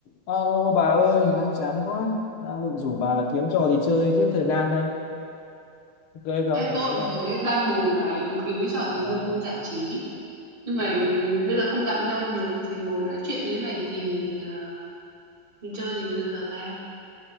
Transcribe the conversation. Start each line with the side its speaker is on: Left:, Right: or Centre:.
Left: Alo bà ơi, đang chán quá. Đang định rủ bà là kiếm trò gì chơi giết thời gian đây. Ok không?
Right: Ê,
Left: Đồng
Right: tôi
Left: ý
Right: cũng
Left: không?
Right: thế, đan bồn này, bất kỳ cái trò gì
Left: Ờ,
Right: vui vui giải trí. Nhưng mà
Left: bà đâu?
Right: bây giờ không gặp nhau được thì ngồi nói chuyện như thế này thì ờ, mình chơi gì giờ tờ ta?